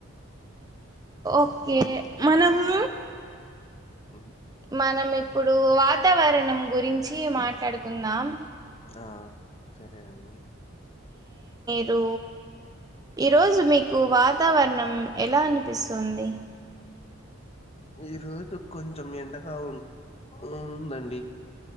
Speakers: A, on the right; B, on the left.
A: ఓకే మనము
B: మ్ హు
A: మనం ఇప్పుడు వాతావరణం గురించి మాట్లాడుకుందాం
B: ఆ సరే అండి
A: రూ ఈ రోజు మీకు కు వాతావరణం ఎలా అనిపిస్తుంది.
B: ఈ రోజు కొంచెం ఎండగా ఉం ఉందండి.